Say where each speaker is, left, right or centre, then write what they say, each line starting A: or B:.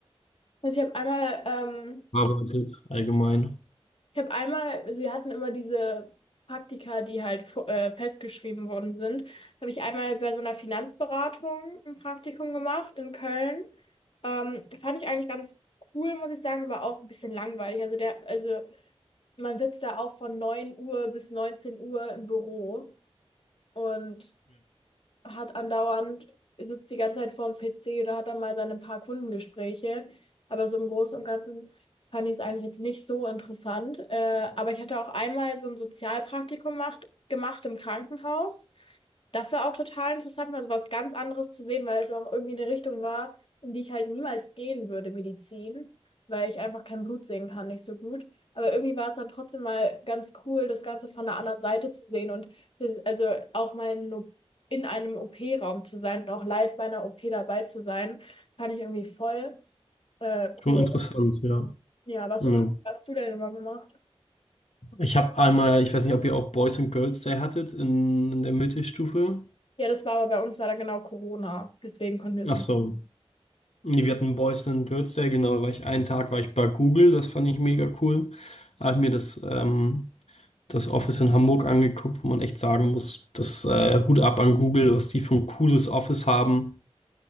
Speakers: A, on the left (about 55°); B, on the left (about 90°).
A: Also ich habe einmal ähm,
B: gearbeitet allgemein?
A: Ich habe einmal, also wir hatten immer diese Praktika, die halt vo- äh, festgeschrieben worden sind. Habe ich einmal bei so einer Finanzberatung ein Praktikum gemacht in Köln. Ähm, fand ich eigentlich ganz cool, muss ich sagen, aber auch ein bisschen langweilig. Also der, also man sitzt da auch von 9 Uhr bis 19 Uhr im Büro und hat andauernd, sitzt die ganze Zeit vorm PC oder hat dann mal seine paar Kundengespräche. Aber so im Großen und Ganzen fand ich es eigentlich jetzt nicht so interessant. Äh, aber ich hatte auch einmal so ein Sozialpraktikum macht, gemacht im Krankenhaus. Das war auch total interessant, mal so was ganz anderes zu sehen, weil es auch irgendwie eine Richtung war, in die ich halt niemals gehen würde, Medizin, weil ich einfach kein Blut sehen kann, nicht so gut. Aber irgendwie war es dann trotzdem mal ganz cool, das Ganze von der anderen Seite zu sehen und das, also auch mal in O- in einem OP-Raum zu sein und auch live bei einer OP dabei zu sein, fand ich irgendwie voll äh,
B: Schon
A: cool.
B: interessant, ja.
A: Ja, was
B: Ja.
A: für Praktika hast du denn immer gemacht?
B: Ich habe einmal, ich weiß nicht, ob ihr auch Boys and Girls Day hattet in, in der Mittelstufe.
A: Ja, das war aber bei uns war da genau Corona, deswegen konnten wir es
B: Ach
A: nicht.
B: so. Nee, wir hatten Boys and Girls Day, genau, da war ich einen Tag war ich bei Google, das fand ich mega cool. Da Habe ich mir das, ähm, das Office in Hamburg angeguckt, wo man echt sagen muss, das äh, Hut ab an Google, was die für ein cooles Office haben.